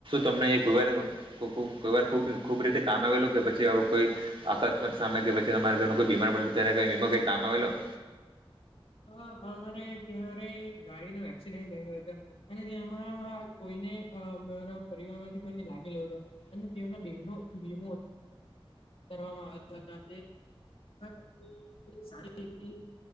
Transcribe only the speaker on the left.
હ, અમારે ત્યારે ગાડીનું એક્સિડન્ટ થેયલું હતુ અને તેમાં કોઈ ને અ મારા પરિવાર માંથી કોયને લાગેલુ હતુ અને તેઓનો બેવનો વીમો હ કરવામાં આવ્યા હતા તેથી